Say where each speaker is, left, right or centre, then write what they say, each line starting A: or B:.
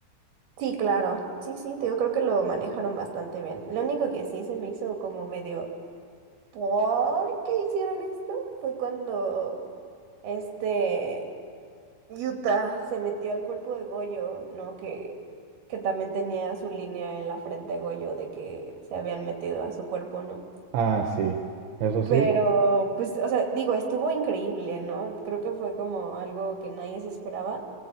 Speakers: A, on the right; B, on the right.
A: Sí, claro. Sí, sí, te digo, creo que lo manejaron bastante bien. Lo único que sí se me hizo como medio ¿Por qué hicieron esto? Fue cuando este Utah se metió al cuerpo de Goyo, ¿no? Que, que también tenía su línea en la frente de Goyo de que se habían metido a su cuerpo, ¿no?
B: Ah, sí, eso
A: Pero,
B: sí.
A: pues, o sea, digo, estuvo increíble, ¿no? Creo que fue como algo que nadie se esperaba.